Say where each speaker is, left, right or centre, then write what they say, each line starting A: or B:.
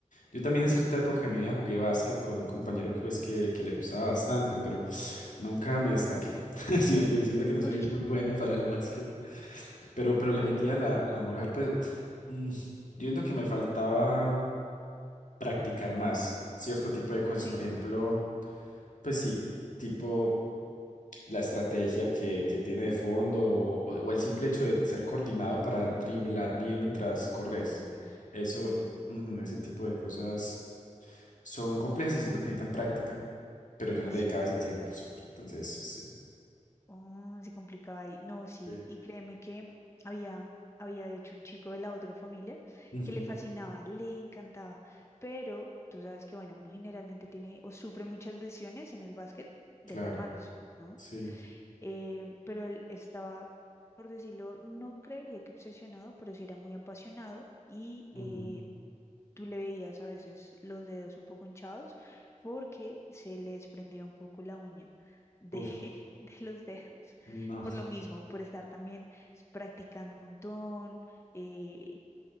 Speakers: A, on the left; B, on the left.
A: Yo también en cierta época de mi vida jugué básquet con un compañero que, pues, que, que le gustaba bastante, pero nunca me destaqué. <laughs> Sí, Yo siento que no
B: <laughs> ¿Por
A: soy
B: qué?
A: muy bueno para el básquet, pero, pero
B: Porque
A: le metía la, la moral. Pues mm, yo siento que me faltaba practicar más cierto tipo de cosas.
B: sí,
A: Por ejemplo, pues sí, tipo la estrategia que, que tiene de fondo o, o el simple hecho de ser coordinado para driblar bien mientras corres.
B: similar.
A: Eso,
B: Ujú.
A: ujú, ese tipo de cosas son complejas y siento que necesitan práctica, pero yo no
B: Sí,
A: le dedicaba ese tiempo. so- Entonces, sí.
B: Oh, se complicaba ahí. No, sí.
A: Sí.
B: Y créeme que había, había de hecho un chico de la otra familia
A: Ujú,
B: que le fascinaba, le encantaba. Pero tú sabes que, bueno, uno generalmente tiene o sufre muchas lesiones en el básquet de
A: claro,
B: las manos, ¿no?
A: sí.
B: Eh, pero él estaba, por decirlo, no creería que obsesionado, pero sí era muy apasionado y
A: ujú,
B: eh, tú le veías a veces los dedos un poco hinchados porque se les prendía un poco la uña de,
A: Uf,
B: <laughs> de los dedos.
A: no.
B: Por lo mismo, por estar también s- practicando un montón, eh,